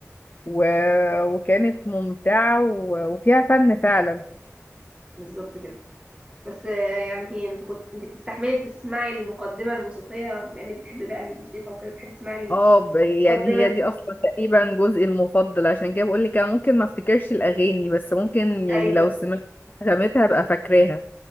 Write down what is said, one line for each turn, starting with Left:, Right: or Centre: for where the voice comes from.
Left: و... وكانت ممتعه و... وفيها فن فعلا
Right: بالظبط كده بس آه، يعني في انت كنت انت بتستحملي تسمعي المقدمة الموسيقية بما انك بتحبي بقى الموسيقى وكده بتحبي تسمعي
Left: اه ب- يعني
Right: المقدمة
Left: هي دي اصلا تقريبا جزئي المفضل عشان كده بقول لك انا ممكن ما افتكرش الاغاني بس ممكن يعني
Right: ايوه
Left: لو سمعت نغمتها ابقى فاكراها